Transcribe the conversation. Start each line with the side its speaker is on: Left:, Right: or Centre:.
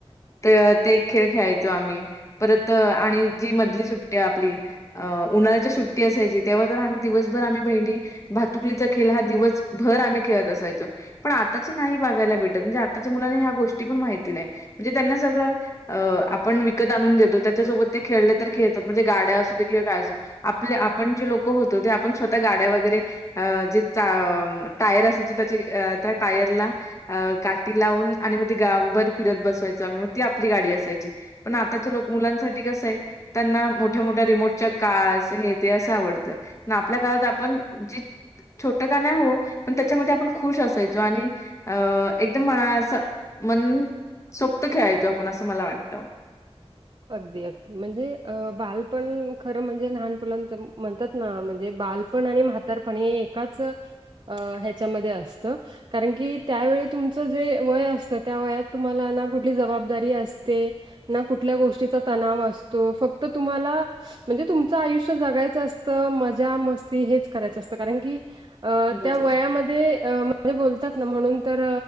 Left: ते एक खेळ खेळायचो आम्ही परत आणि जी मधली सुट्टी ते आपली उन्हाळ्याची सुट्टी असायची तेव्हा तर आम्ही दिवसभर आम्ही बहिणी भातुकली भातुकलीचा खेळ हा दिवसभर आम्ही खेळत असायचो. पण आत्ताची नाही बघायला भेटत म्हणजे. आताच्या मुलांनी ह्या गोष्टी पण माहिती नाही. म्हणजे त्यांना सगळं अ आपण विकत आणून देतो त्याच्यासोबत ते खेळले तर खेळ खेळतात. म्हणजे गाड्या असूदे किंवा काय असो आपले आपण जे लोक होतो. ते आपण स्वतः गाड्या वगैरे अ जे चा टायर असायचे त्याचे त्या टायरला अ काठी लावून आणि मग ते गावभर भिरत बसवायचो आम्ही मग ती आपली गाडी असायची. पण आताचे लोक मुलांसाठी कसं हाय. त्यांना मोठ्या मोठ्या रिमोटच्या कार्स हे ते असं आवडतं. ना आपल्या काळात आपण जी छोटं का नाय हो पण त्याच्यामध्ये आपण खुश असायचो. आणि अ एकदम म्हणा असं मनसोक्त खेळायचो. आपण असं मला वाटतं
Right: अगदी अगदी म्हणजे बालपण खरं म्हणजे लहान मुलांच म्हणतात. ना म्हणजे बालपण आणि म्हातारपण हे एकाच ह्याच्यामध्ये असतं कारण की त्यावेळी तुमचं जे वय असतं. त्या वयात तुम्हाला ना कुठली जबाबदारी असते. ना कुठल्या गोष्टीचा तणाव असतो. फक्त तुम्हाला म्हणजे तुमचं आयुष्य जगायचं असतं. मजा मस्ती हेच करायचं असतं. कारण की अ
Left: बरोबर
Right: त्या वयामध्ये. <inaudible> काही बोलतात ना म्हणून तर